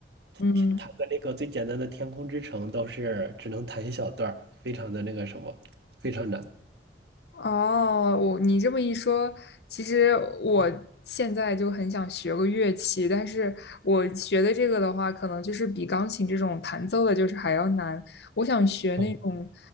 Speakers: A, on the left; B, on the right.
A: 嗯，
B: 弹弹个那个最简单的《天空之城》都是只能弹一小段儿，非常的那个什么，非常难。
A: 哦，我你这么一说，其实我现在就很想学个乐器，但是我学的这个的话，可能就是比钢琴这种弹奏的，就是还要难。我想学那种
B: 哦